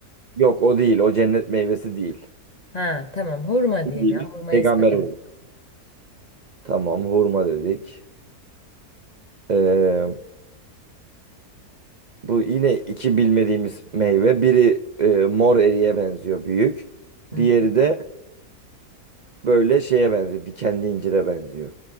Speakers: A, on the right; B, on the left.
A: Yok, o değil. O cennet meyvesi değil.
B: Ha tamam hurma
A: Bildiğimiz
B: diyeyim ya. Hurmayı
A: peygamber
B: severim.
A: hurması. Tamam hurma dedik. Ee, bu yine iki bilmediğimiz meyve. Biri e, mor eriye benziyor büyük.
B: Hı.
A: Diğeri de böyle şeye benziyor. Dikenli incire benziyor.